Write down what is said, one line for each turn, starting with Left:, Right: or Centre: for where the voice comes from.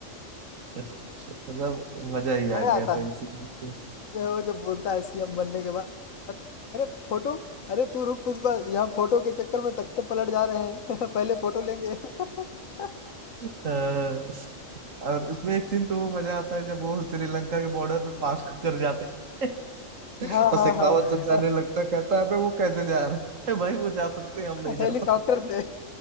Right: <laughs> मतलब मजा ही
Left: मजा
Right: आ गया
Left: आता
Right: था
Left: है
Right: इसी में
Left: वो जब बोलता है सीएम बनने के बाद अरे फोटो अरे तू रुक पुष्पा यहाँ फोटो के चक्कर में तख्ते पलट जा रहे हैं <laughs> पहले फोटो लेंगे <laughs>
Right: अ, और उसमें एक सीन तो वो मजा आता है जब वो श्रीलंका के बॉर्डर पे पास कर जाते हैं <laughs>
Left: हाँ
Right: और
Left: हाँ
Right: शेखावत
Left: हाँ
Right: जब जाने लगता है, कहता है अबे वो कैसे जा रहा है <laughs> कहता है, भाई वो जा सकते हैं
Left: <laughs>
Right: हम नहीं जा
Left: हेलीकॉप्टर से